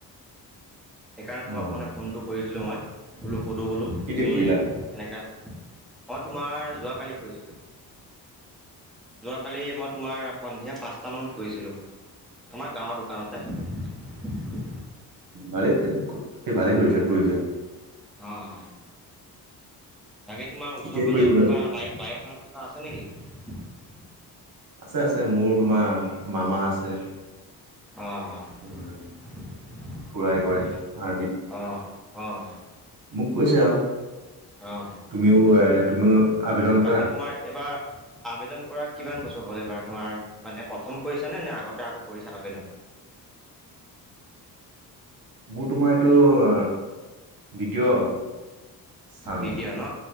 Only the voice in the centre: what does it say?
সেইকাৰণে তোমাক
মানে ফোনটো কৰিছিলোঁ মই। বোলো সুধোঁ বোলো,
তুমি
এনেকা মই তোমাৰ যোৱাকালি কৰিছিলো। যোৱাকালি, মই তোমাৰ সন্ধিয়া পাঁচটামানত কৰিছিলোঁ, আমাৰ গাঁৱৰ দোকানতে
উম উম
অ' অ'। বাকী তোমাৰ ওচৰে-পাজৰে
কোনোবা বায়-বায়ুসেনাত থকা আছে নেকি?
অ',
অ'।
উম,
অ'।
অ',
বাকী তোমাৰ এবাৰ। আবেদন কৰা কিমান বছৰ হ'ল? এইবাৰ তোমাৰ মানে প্ৰথম কৰিছা নে? নে আগতে আকৌ কৰিছা আবেদন।
দ্বিতীয়
ন?